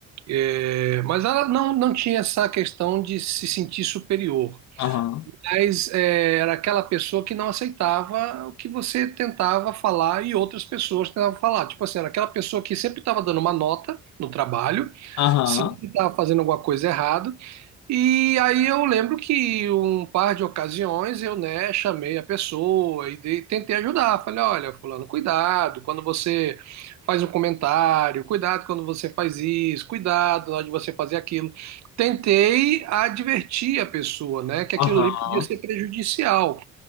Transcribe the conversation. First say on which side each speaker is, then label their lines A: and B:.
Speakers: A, on the right; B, on the left.
A: é, mas ela não, não tinha essa questão de se sentir superior.
B: Aham,
A: Mas é, era aquela pessoa que não aceitava o que você tentava falar e outras pessoas tentavam falar. Tipo assim, era aquela pessoa que sempre estava dando uma nota no trabalho,
B: aham,
A: sempre estava fazendo alguma coisa errada, e aí eu lembro que um par de ocasiões eu, né, chamei a pessoa e dei- tentei ajudar. Falei, olha, fulano, cuidado quando você faz um comentário, cuidado quando você faz isso, cuidado na hora de você fazer aquilo. Tentei advertir a pessoa, né, que aquilo
B: aham.
A: ali podia ser prejudicial.